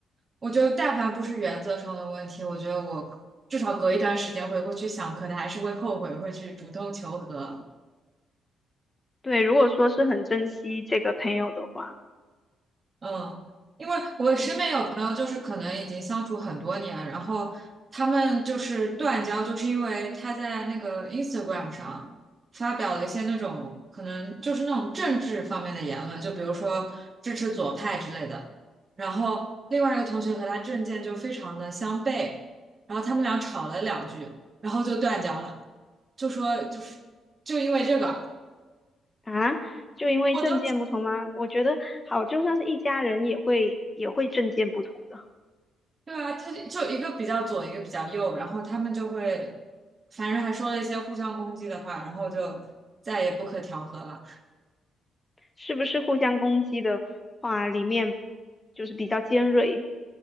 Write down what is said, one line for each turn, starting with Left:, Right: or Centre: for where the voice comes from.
Right: 我觉得但凡不是原则上的问题，我觉得我至少隔一段时间回过去想，可能还是会后悔，会去主动求和。
Left: 对，如果说是很珍惜这个朋友的话，
Right: 嗯，因为我身边有朋友，
Left: 嗯
Right: 就是可能已经相处很多年，然后他们就是断交，就是因为他在那个 Instagram 上发表了一些那种可能就是那种政治方面的言论，就比如说支持左派之类的。然后另外一个同学和他政见就非常的相悖，然后他们俩吵了两句，然后就断交了，就说就是就因为这个，
Left: 啊，就因为政见不同吗？
Right: 我都
Left: 我觉得好，就算是一家人也会也会政见不同的，
Right: 对啊，他就就一个比较左，一个比较右，然后他们就会，反正还说了一些互相攻击的话，然后就再也不可调和了。
Left: 是不是互相攻击的话，里面就是比较尖锐，